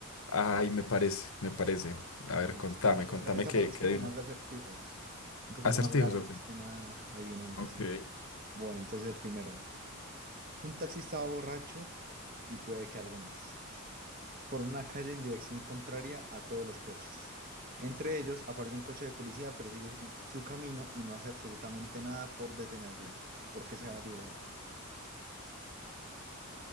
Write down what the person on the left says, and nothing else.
Ay, me parece, me parece. A
ver, contame, contame
qué,
qué
adivinas.
Acertijos,
ok.
Ok.